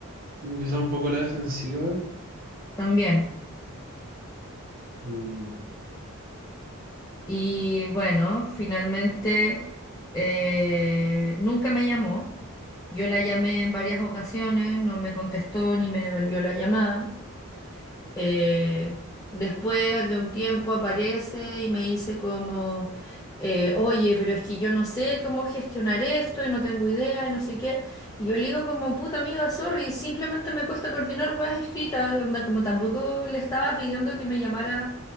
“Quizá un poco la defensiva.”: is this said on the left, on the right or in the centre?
Right